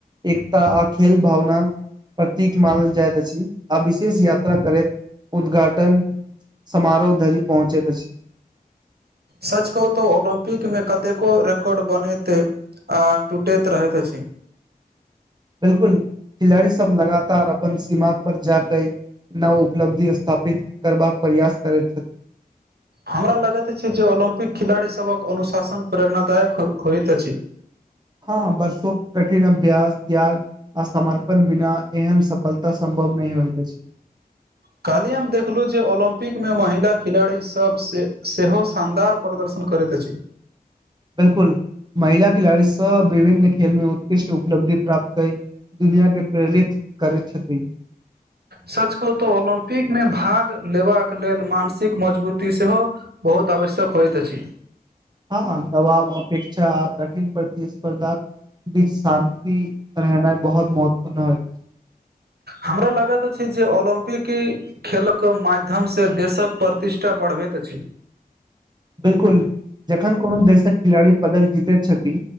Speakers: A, on the right; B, on the right.
A: एकता आ खेल भावनाक प्रतीक मानल जाइत अछि आ विशेष यात्रा करैत उद्घाटन समारोह धरि पहुँचैत अछि
B: सच कहू तो ओलम्पिक में कतेको रिकॉर्ड बनैते आ टूटैत रहैत अछि
A: बिलकुल खिलाड़ी सब लगातार अपन सीमा पर जाकऽ नव उपलब्धि स्थापित करबाक प्रयास करैत छथि
B: हमरा लगैत अछि जे ओलम्पिक खिलाड़ीसभक अनुशासन प्रेरणादायक होइत अछि
A: हँ बर्षो कठिन अभ्यास त्याग आ समर्पन बिना एहन सफलता संमरपन नहि होइत अछि
B: काल्हि हम देखलहुँ जे ओलम्पिक में महिला खिलाड़ीसभ सेहो शानदार प्रदर्शन करैत अछि
A: बिलकुल महिला खिलाड़ी सब विभिन्न खेल में उत्कृष्ट उपलब्धि प्राप्त क दुनिआ के प्रेरित करैत छथिन
B: सचकहु तऽ ओलम्पिक में भाग लेबाक लेल मानसिक मजबूती सेहो बहुत आवश्यक होइत अछि
A: हँ दबाब अपेक्षा आ कठिन प्रतिस्पर्धाक बीच शान्ति रहनाइ बहुत महत्वपूर्ण होइ
B: हमरो लगत अछि जे ओलम्पिक खेलक माध्यमसँ देशक प्रतिष्ठा बढ़बैत अछि
A: बिल्कुल जखन कोनो देशक खिलाड़ी पदक जितै छथि